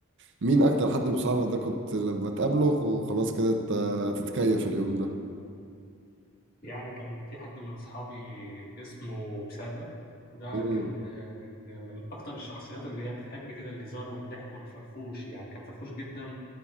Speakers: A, on the right; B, on the left.
A: مين اكتر حد بصحابك ده كنت لما تقابله وخلاص كده ت- تتكيف اليوم ده
B: يعني كان في حد من أصحابي اسمه بسادة ده
A: امم
B: كان من, من أكتر الشخصيات اللي هي بتحب كده الهزار والضحك والفرفوش يعني كان فرفوش جدا